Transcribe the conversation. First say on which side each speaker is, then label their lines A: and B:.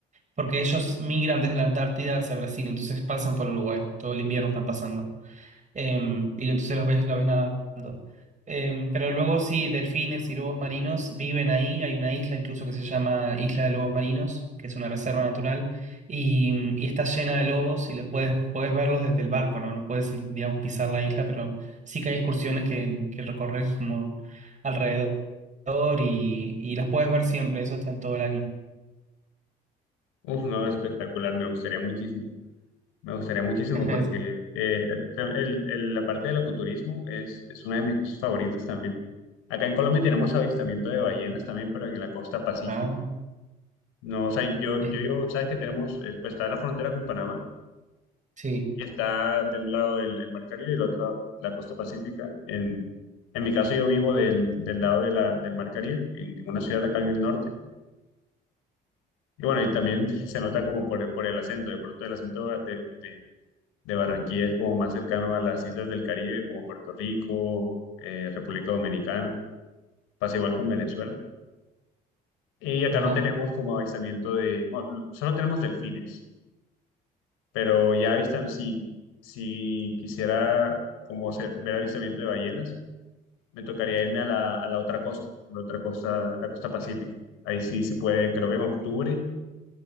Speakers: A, on the right; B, on the left.
A: porque ellos migran desde la Antártida hacia Brasil, entonces pasan por Uruguay, todo el invierno están pasando em, y entonces los ves, la ves nadando. Em, pero luego sí, delfines y lobos marinos viven ahí, hay una isla incluso que se llama Isla de Lobos Marinos, que es una reserva natural, y, mm, y está llena de lobos y los puedes, puedes verlos desde el barco, ¿no? No puedes, digamos, pisar la isla, pero sí que hay excursiones que, que recorres como alrededor y, y las puedes ver siempre, eso está en todo el año.
B: Uf, no, espectacular, me gustaría muchísimo. Me gustaría muchísimo
A: <laughs>
B: porque eh, el- el- el- la parte del ecoturismo es, es una de mis cosas favoritas también. Acá en Colombia tenemos avistamiento de ballenas también, pero en la costa pacífica.
A: Ah,
B: No, o sea, yo,
A: eh,
B: yo, yo- sabes que tenemos, eh, pues está la frontera con Panamá
A: sí,
B: y está de un lado el, el Mar Caribe y del otro la costa pacífica. En, en mi caso yo vivo del, del lado de la, del Mar Caribe, en, en una ciudad acá en el norte. Y bueno, y también se nota como por, el- por el acento, de pronto el acento de, de- de Barranquilla es como más cercano a las islas del Caribe, como Puerto Rico, eh, República Dominicana, pasa igual con Venezuela. Y acá
A: ajá.
B: no tenemos como avistamiento de, bueno, solo tenemos delfines, pero ya avistan, si, si quisiera como hacer, ver avistamiento de ballenas, me tocaría irme a la, a la otra costa, a la otra costa, la costa pacífica. Ahí sí se puede, creo que en octubre